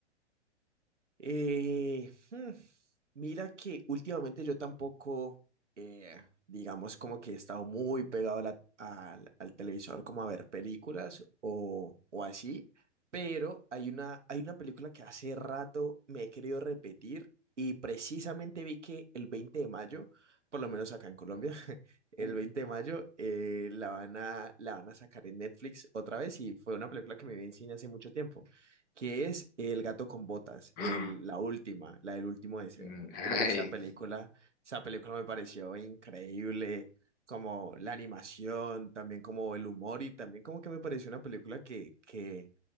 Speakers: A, on the right; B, on the left.
A: Eh, hmm, mira que últimamente yo tampoco, eh, digamos como que he estado muy pegado a la- al, al televisor como a ver películas o, o así, pero hay una, hay una película que hace rato me he querido repetir y precisamente vi que el 20 de mayo, por lo menos acá en Colombia, <laughs> el
B: Mm.
A: veinte de mayo eh, la van a, la van a sacar en Netflix otra vez y fue una película que me vi en cine hace mucho tiempo. que es El gato con botas,
B: <gasps>
A: el- la última, la del último deseo.
B: Mm, Ay,
A: Uy, esa película, esa película me pareció increíble, como la animación, también como el humor y también como que me pareció una película que, que,